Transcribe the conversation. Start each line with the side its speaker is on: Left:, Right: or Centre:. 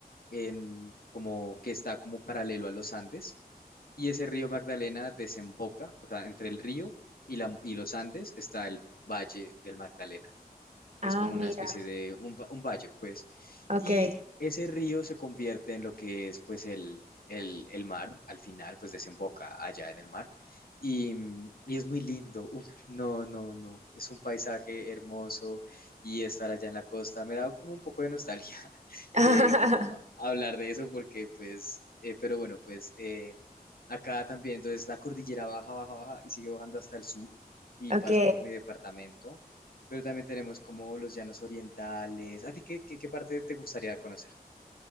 Left: en, como, que está como paralelo a los Andes. Y ese río Magdalena desemboca, o sea, entre el río y, la, y los Andes está el Valle del Magdalena
Right: Ah,
Left: es como una
Right: mira,
Left: especie de un, va- un valle, pues.
Right: ok.
Left: Y ese río se convierte en lo que es, pues, el, el, el mar, al final, pues, desemboca allá en el mar. Y, mm, y es muy lindo, Uf, no, no, no, es un paisaje hermoso y estar allá en la costa me da como un poco de nostalgia, <laughs>
Right: <laughs>
Left: eh, como hablar de eso porque, pues, eh, pero bueno, pues... eh, Acá también, entonces la cordillera baja, baja, baja y sigue bajando hasta el sur y
Right: Ok,
Left: pasa por mi departamento pero también tenemos como los llanos orientales. ¿A ti qué, qué, qué parte te gustaría conocer?